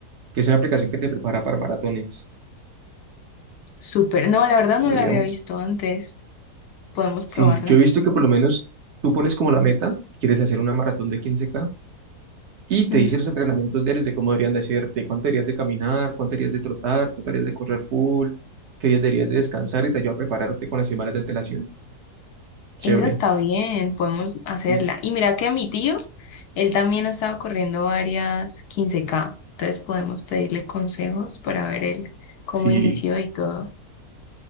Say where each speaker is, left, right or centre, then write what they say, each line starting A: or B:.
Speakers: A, on the right; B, on the left.
A: que es una aplicación que te prepara para maratones,
B: Súper. No, la verdad no
A: podríamos.
B: la había visto antes. Podemos
A: Sí,
B: probarla.
A: yo he visto que por lo menos tú pones como la meta, quieres hacer una maratón de quince k y te
B: Ujú.
A: dice los entrenamientos diarios de cómo deberían de hacerte, cuánto deberías de caminar, cuánto deberías de trotar, cuánto deberías de correr full, qué días deberías de descansar y te ayuda a prepararte con las semanas de antelación.
B: Esa
A: Chévere.
B: está bien, podemos hacerla.
A: Sí.
B: Y mira que mi tío, él también ha estado corriendo varias 15K. Entonces podemos pedirle consejos para ver él cómo
A: Sí.
B: inició y todo.